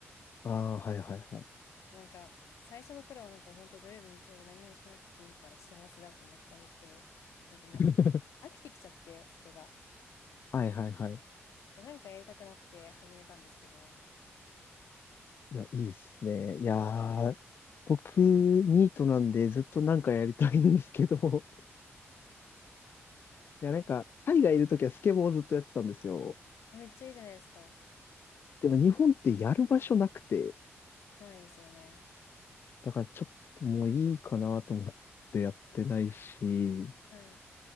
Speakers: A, on the left; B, on the left.
A: ああ、はいはいはい。
B: なんか、最初の頃はなんか本当土曜日、日曜日何もしなくていいから幸せだって思ってたんですけど、なんかもう、
A: <laughs>
B: 飽きてきちゃって、それが。
A: はいはいはい。
B: で、なんかやりたくなって始めたんですけど、
A: いや、いいっすね。いやー、僕、ニートなんでずっとなんかやりたいんですけど、いや、なんか、海外いるときはスケボーをずっとやってたんですよ。
B: めっちゃいいじゃないですか。
A: でも日本ってやる場所なくて、
B: ないですよね。
A: だからちょっともういいかなと思ってやってないし、
B: はい。